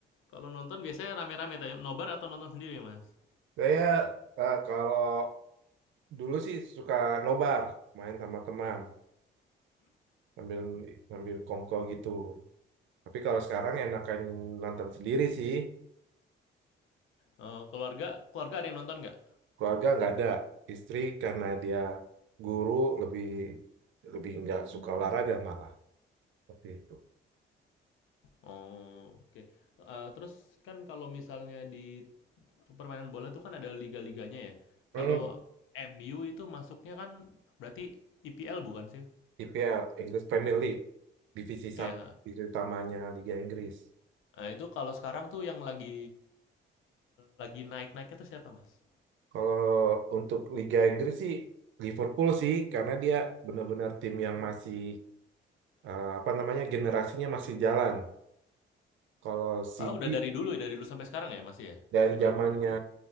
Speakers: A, on the left (about 85°); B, on the right (about 75°).
A: kalau nonton biasanya rame-rame tanya nobar atau nonton sendiri ya, Mas?
B: Saya eh, kalau dulu sih suka nobar, main sama teman, sambil ngambil kongko gitu. Tapi kalau sekarang enakan nonton sendiri sih.
A: Oh, keluarga keluarga ada yang nonton nggak?
B: Keluarga nggak ada. Istri karena dia guru lebih lebih nggak suka olahraga malah seperti itu.
A: Oh, oke. Eh, terus kan kalau misalnya di permainan bola tuh kan ada liga-liganya ya.
B: Hmm.
A: Kalau MU itu masuknya kan berarti IPL bukan sih?
B: IPL, English Premier League, divisi
A: Iya.
B: satu itu utamanya Liga Inggris.
A: Nah, itu kalau sekarang tuh yang lagi lagi naik-naiknya tuh siapa, Mas?
B: Kalau untuk Liga Inggris sih Liverpool sih karena dia benar-benar tim yang masih eh, apa namanya generasinya masih jalan. Kalau City
A: Padahal udah dari dulu ya, dari dulu sampai sekarang ya masih ya
B: dari
A: Liverpool.
B: zamannya